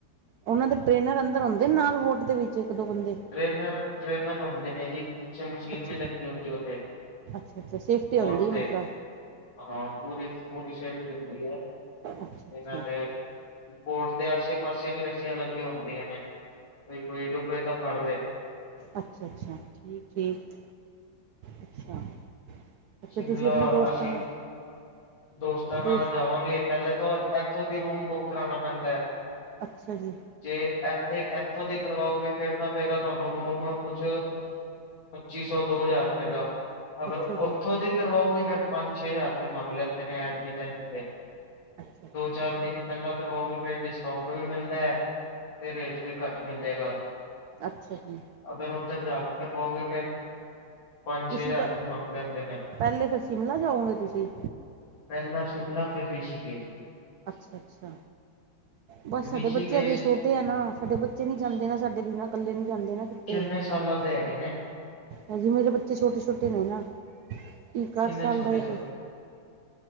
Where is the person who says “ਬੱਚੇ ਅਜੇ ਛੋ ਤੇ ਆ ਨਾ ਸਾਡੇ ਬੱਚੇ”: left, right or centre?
Right